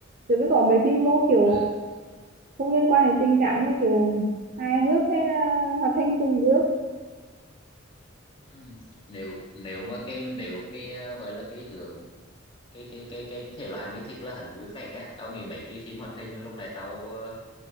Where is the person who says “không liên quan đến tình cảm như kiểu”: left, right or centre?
Right